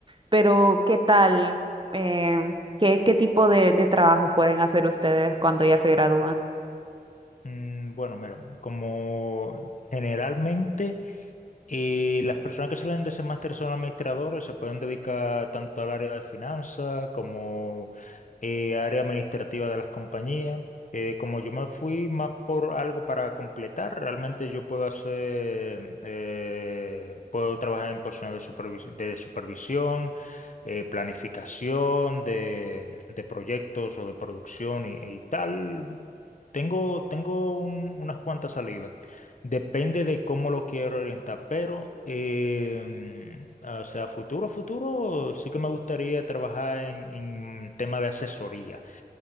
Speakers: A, on the right (about 30°); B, on the left (about 50°).
A: pero ¿qué tal? em, ¿qué, qué tipo de, de trabajos pueden hacer ustedes cuando ya se gradúan?
B: Mm, Bueno, mira, como generalmente y las personas que salen de ese máster son administradores, se pueden dedicar tanto al área de finanzas como eh, área administrativa de las compañías. Eh, como yo me fui más por algo para completar, realmente yo puedo hacer, eh, puedo trabajar en posiciones de supervis- de supervisión, eh, planificación de, de proyectos o de producción y, y tal. Tengo, tengo un- unas cuantas salidas. Depende de cómo lo quiero orientar, pero, em, o sea, futuro, futuro, sí que me gustaría trabajar en, en tema de asesoría,